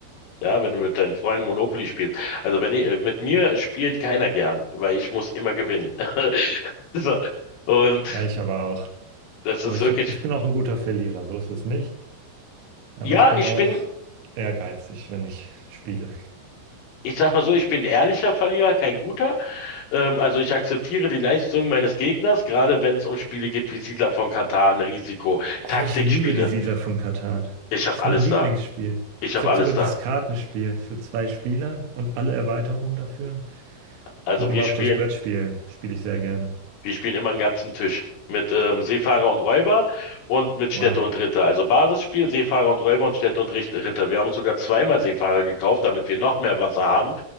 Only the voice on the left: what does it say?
Ja, wenn du mit deinen Freunden Monopoly spielst. Also wenn ich, äh, mit mir spielt keiner gern, weil ich muss immer gewinnen. <laughs> So. Und
das
ist
wirklich,
ja,
ich
bin,
ich sag mal so, ich bin ein ehrlicher Verlierer, kein guter. Ähm, also ich akzeptiere die Leistung meines Gegners, gerade wenn es um Spiele geht wie Siedler von Catan, Risiko,
Taktikspiele.
Ich habe
alles
da. Ich habe
alles
da.
Also
wir spielen
Wir spielen immer einen ganzen Tisch. Mit ähm, Seefahrer und Räuber und mit Städte
und Ritter. Also Basisspiel, Seefahrer und Räuber und Städte und Richt- Ritter. Wir haben uns sogar zweimal Seefahrer gekauft, damit wir noch mehr Wasser haben.